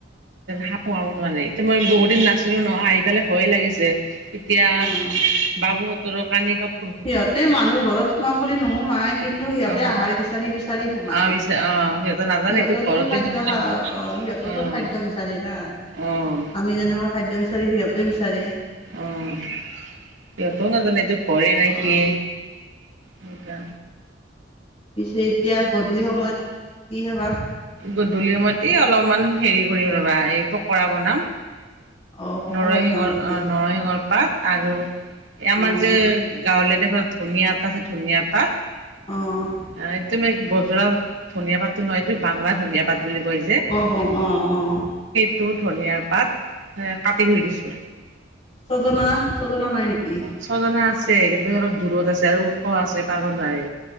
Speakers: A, on the right (about 80°); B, on the left (about 35°).
A: সাপ সোমাব নোৱাৰে, কিন্তু মই বহুত দিন নাছিলো নহয়, আহি পেলাই ভয়ে লাগিছে। এতিয়া
B: অঁ অঁ
A: বাবুহত ত ৰোকানী কাপ
B: সিহঁতে মানুহৰ ঘৰত সোমাম বুলি নোসোমাই কিন্তু সিহঁতে
A: অ'
B: আহাৰ বিচাৰি বিচাৰি সোমাই।
A: অ' পিছে অ' সিহঁতে নাজানে
B: সিহঁতেওতো
A: এইটো ঘৰতে
B: খাদ্য
A: শুইছে
B: অ' সিহঁতেতো
A: অ'
B: খাদ্য বিচাৰি না
A: অ'
B: আমি যেনেকুৱা খাদ্য বিচাৰো। বিচাৰি সিহঁতে বিচাৰে।
A: অ' সিহঁতো নাজানেটো। ভয়ে না
B: অ'
A: কিয়ে। এনেকা।
B: পিছে এতিয়া গধূলি সময়ত কি খাবা?
A: গধূলি সময়ত এই অলপ। অলপমান হেৰি কৰিম ৰবা এই পকৰা বনাম।
B: অ' পকৰা
A: নৰসিংহৰ,
B: বনাব নেকি?
A: অ' নৰসিংহৰ পাত। আৰু। এ
B: অ'
A: আমাৰ যে গাঁৱলীয়াত এভাগ ধুনিয়া এটা যে, ধুনীয়া তাত।
B: অ'
A: অ' তুমি ব ধনীয়া পাতটো নহয়, এইটো বাংলা ধনীয়া পাত বুলি কয়
B: হব, অঁ অঁ।
A: টো ধনিয়াৰ পাত। কাটি থৈ দিছো
B: ছজনা, ছজনা নাই নেকি?
A: ছজনা আছে, কিন্তু অলপ দূৰত আছে আৰু ওখ আছে পাৰিব নোৱাৰি।